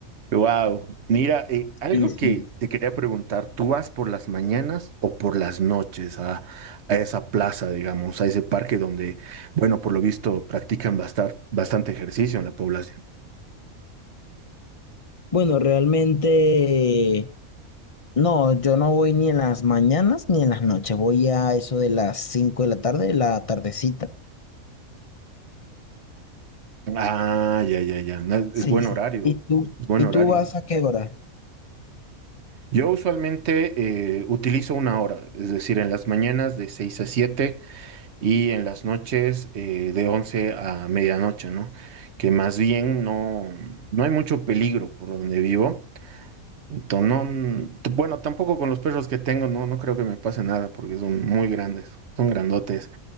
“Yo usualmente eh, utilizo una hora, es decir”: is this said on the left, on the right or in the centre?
Right